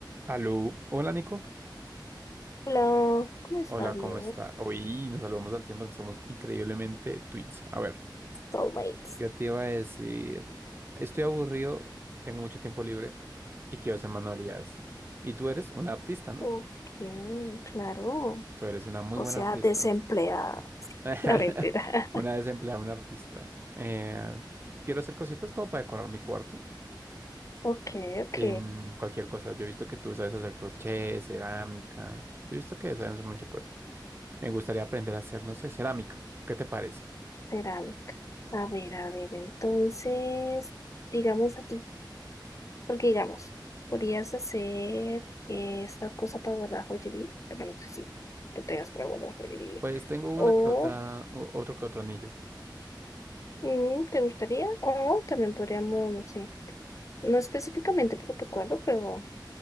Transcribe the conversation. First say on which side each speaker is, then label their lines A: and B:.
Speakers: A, on the right; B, on the left.
A: Aló, hola Nico,
B: Hola, ¿cómo estás,
A: hola,
B: Leo?
A: ¿cómo está? Hoy nos salvamos al tiempo, somos increíblemente twins. A ver,
B: Soulmates.
A: ¿qué te iba a decir, estoy aburrido, tengo mucho tiempo libre y quiero hacer manualidades. Y tú eres una artista, ¿no?
B: Ok, claro.
A: Tú eres una muy
B: O
A: buena
B: sea,
A: artista.
B: desempleada.
A: <laughs>
B: La mentira. <laughs>
A: Una desempleada, una artista. Eh, quiero hacer cositas como para decorar mi cuarto
B: Ok, ok.
A: en cualquier cosa. Yo he visto que tú sabes hacer crochet, cerámica. Yo he visto que sabes hacer muchas cosas. Me gustaría aprender a hacer, no sé, cerámica. ¿Qué te parece?
B: Cerámica. A ver, a ver, entonces, digamos a ti, porque digamos, podrías hacer eh, esta cosa para guardar joyería, pero no sé si tú tengas para guardar joyería.
A: Pues tengo
B: O,
A: una que otra, o- otro que otro anillo.
B: mm, ¿te gustaría? O también podríamos, no sé, no específicamente por tu cuadro, pero.